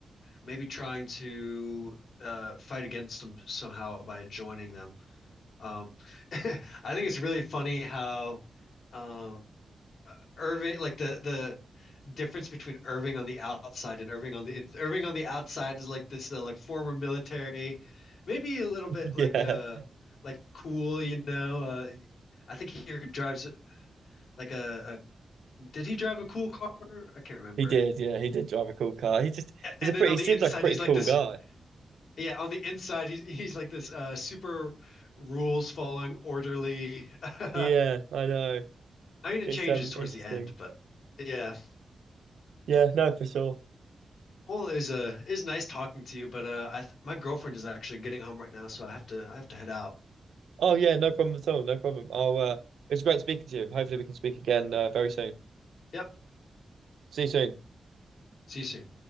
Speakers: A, on the left; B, on the right.
A: maybe trying to uh fight against them somehow by joining them. Um <laughs> I think it's really funny how um uh, Irving like the the difference between Irving on the outside and Irving on the in Irving on the outside is like this uh, like former military, maybe a little
B: <laughs>
A: bit like uh like cool, you know. Uh, I think he drives like a, a did he drive a cool car? I can't remember.
B: Yeah, he did, yeah, he did drive a cool car. He just,
A: A-
B: he's
A: And
B: a pretty,
A: then on
B: he
A: the
B: seems
A: inside,
B: like a pretty
A: he's
B: cool
A: like this.
B: guy.
A: Yeah, on the inside, he's he's like this uh super rules following, orderly. <laughs>
B: Yeah, I know.
A: I mean, it
B: It's
A: changes
B: um
A: towards
B: interesting.
A: the end, but yeah.
B: Yeah, no, for sure.
A: Well, it was uh, it was nice talking to you, but uh, I th my girlfriend is actually getting home right now, so I have to I have to head out.
B: Oh, yeah, no problem at all. No problem. I'll, uh, it was great speaking to you. Hopefully, we can speak again, uh, very soon.
A: Yep.
B: See you soon.
A: See you soon.